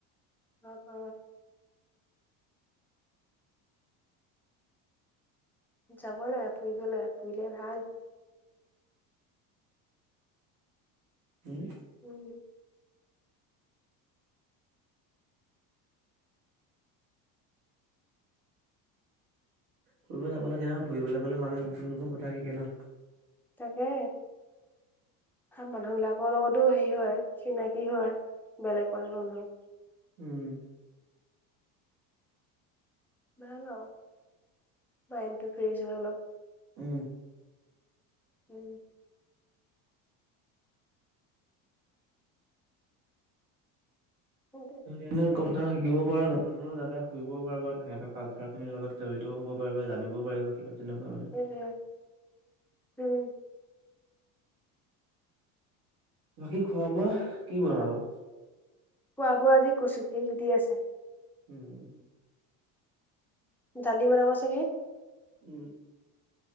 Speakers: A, in the centre; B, on the right.
A: <inaudible> যাবই লাগে ফুৰিব লাগে ফুৰিলে ভাল।
B: উম
A: উম
B: ফুৰিব যাব লাগে অ ফুৰিবলৈ গ'লে ভাল হেনো নতুন নতুন কথা শিকে ন।
A: তাকে মানুহ বিলাকৰ লগতো হেৰি হয় চিনাকি হয় বেলেগ মানুহ <unintelligible>
B: উম
A: ভাল আৰু মাইণ্ডটো ফ্ৰেছ হয় অলপ।
B: উম
A: উম সেইটোৱে
B: ধুনীয়া ধুনীয়া কথা শিকিব পাৰা, নতুন নতুন জাগা ফুৰিব পাৰা বা সিহঁতৰ কালচাৰ খিনিৰ লগত জড়ি তও হ'ব পাৰিবা জানিবও পাৰিবা কিবা তেনেকুৱা মানে।
A: সেইটোৱে উম
B: বাকী খোৱা বোৱা কি বনাব?
A: খোৱা বোৱা আজি কচু <unintelligible> গুটি আছে।
B: উম।
A: দালি বনাব চাগে!
B: উম।